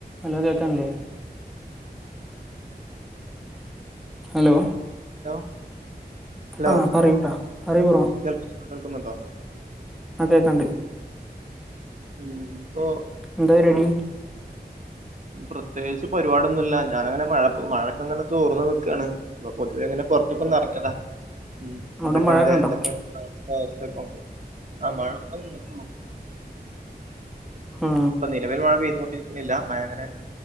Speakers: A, in the centre; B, on the right (about 45°).
A: Hello കേക്കൺല്ലേ hello
B: hello hello
A: ആ പറയൂട്ടാ പറയൂ ബ്രോ
B: കേൾക്കുന്നുണ്ടോ കേൾക്കുന്നുണ്ടോ?
A: അതെക്കാണ്ട്.
B: ഉം. ഇപ്പൊ
A: ന്താ പരുവാടി?
B: പ്രത്യേകിച്ചു പരുവാടി ഒന്നൂല്യ. ഞാനങ്ങനെ മഴപ്പം മഴയൊക്കെ ഇങ്ങനെ തോർന്ന് നിക്കാണ്. അപ്പൊ പൊതുവെ ഞ ഇങ്ങനെ പൊറത്തേക്കൊന്ന് റങ്ങിയത ഉം
A: അവിടെ
B: എന്തൊക്കെണ്ട്
A: മഴയൊക്കെ ഉണ്ടോ
B: എന്തൊക്കെണ്ട് <unintelligible> ആ മഴ ഇപ്പൊ നിന്നിട്ടുള്ളു.
A: ആ
B: ഇപ്പൊ നിലവിൽ മഴ പെയ്തുകൊണ്ടിരിക്കുന്നില്ല മഴ അങ്ങനെ-